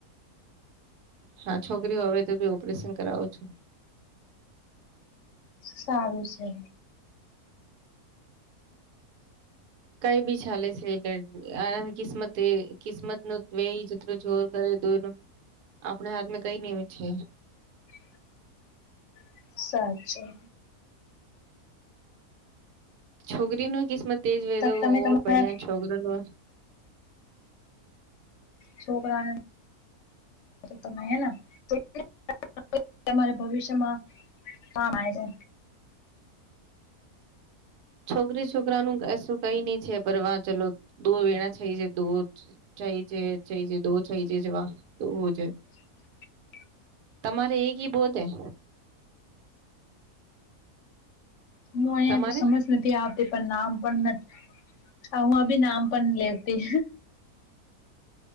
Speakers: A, on the right; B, on the left.
A: હા છોકરીઓ હવે તો બી ઓપરેશન કરાવો છો
B: સારું છે
A: કઈ બી ચાલે છે એ આ કિસ્મત કિસ્મત નું વેયટું જોર કરે આપણે હાથમાં કઈ નિમ છે
B: <inaudible> સાચી
A: છોકરીનું કિસ્મત તેજ વ
B: તમે
A: તોર
B: તમારા
A: બડ્યા છોકરા
B: છોકરાને તમે હે ને <unintelligible> તમારે ભવિષ્યમાં હા માય છે.
A: છોકરી છોકરાનું એશું કઈ નહી છે. પર વાચેલુ દુર વેણા થઈ જતુ હોત. છઈ જે છેઈ જે દો થઈ જે જવા દોવો છે.
B: <inaudible>
A: તમારે એક હિ બહોત હૈ.
B: હું અહીંયાથી
A: તમારે
B: સમજ નથી આવતી પણ નામ પણ હ હું અભી નામ પણ લેતી